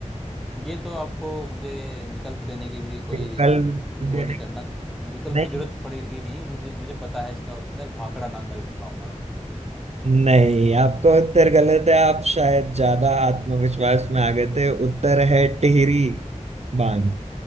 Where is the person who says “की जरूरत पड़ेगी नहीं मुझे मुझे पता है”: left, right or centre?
Centre